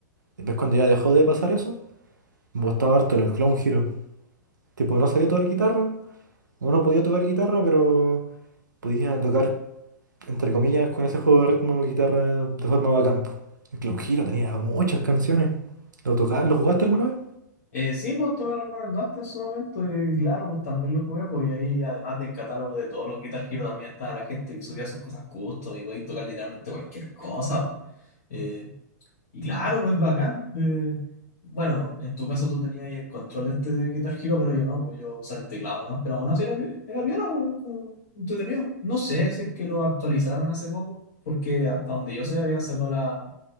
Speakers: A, on the right (about 80°); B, on the left (about 50°).
A: Después cuando ya dejó de pasar eso, me gustaba harto el Clown Hero. Tipo, no sabía tocar guitarra, o no podía tocar guitarra, pero podía tocar, entre comillas, con ese juego de ritmo guitarra de forma bacán. po. El Clown Hero tenía muchas canciones. ¿Lo tocaba ¿Lo jugaste alguna vez?
B: Eh, sí, pues tú me lo recomendaste en su momento y claro, pues también lo jugué, pues y ahí además del catálogo de todos los Guitar Hero también estaba la gente que subía sus cosas custom y podéis tocar literalmente cualquier cosa, pues. Eh, y claro, pues bacán. eh, bueno, en tu caso tú tenías ahí el control este del Guitar Hero, pero yo no, pues yo usaba el teclado nomás, pero aún así era, vi- era piola, pues, como entretenido. No sé si es que lo actualizaron hace poco, porque hasta donde yo sé habían sacado la,